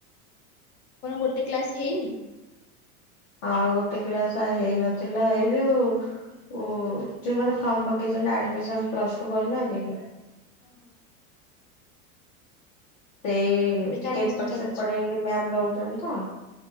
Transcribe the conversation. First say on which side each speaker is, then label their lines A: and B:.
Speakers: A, on the left (about 85°); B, on the left (about 50°).
A: କଣ ଗୋଟେ କ୍ଲାସ୍ ହେଇନି?
B: ହଁ ଗୋଟେ କ୍ଲାସ ହେଇନଥିଲା। ଏଇ ଯୋଉ ଓ ଯୋଉ ମାନେ ଫର୍ମ ପକେଇଛନ୍ତି ଆଡମିସନ ପ୍ଲସ ଟୁ କରନାହାନ୍ତି କି।
A: ଓହ।
B: ସେ
A: ଏବେ ତ
B: ଟିକେ
A: ଆଡମିସନ
B: ଏପଟ
A: ଚାଲିଛି
B: ସେପଟ ହେଇକି ମ୍ୟାମ ରହୁଚନ୍ତି ତ।